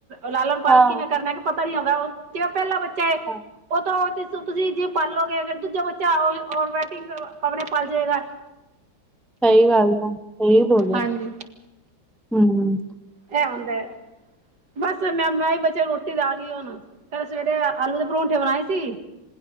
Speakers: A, on the right (about 60°); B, in the centre.
A: ਲਾਲਨ-ਪਾਲਣ
B: ਹਾਂ
A: ਕਿਵੇਂ ਕਰਨਾ ਕਿ ਪਤਾ ਨੀ ਹੋਗਾ ਉ ਜਿਵੇਂ ਪਹਿਲਾ ਬੱਚਾ ਹੈ
B: ਹਾਂ
A: ਉ ਤੋਂ ਤੁਸੀਂ ਜਿ ਪਲੋਗੇ ਫੇਰ ਦੂਜਾ ਬੱਚਾ ਆਟੋਮੈਟਿਕ ਆਪਣੇ ਪਲ ਜਾਏਗਾ।
B: ਸਹੀ ਗੱਲ ਹੈ, ਸਹੀ ਬੋਲਿਆ
A: ਹਾਂਜੀ।
B: ਹੂੰ।
A: ਇਹ ਹੁੰਦਾ ਏ ਬਸ ਮੈਂ-ਮੈਂ ਹੀ ਬੱਚਿਆ ਨੂੰ ਰੋਟੀ ਦਾਂਗੀ ਹੁਣ। ਕੱਲ ਸਵੇਰੇ ਆਲੂ ਦੇ ਪਰੌਂਠੇ ਬਣਾਏ ਸੀ।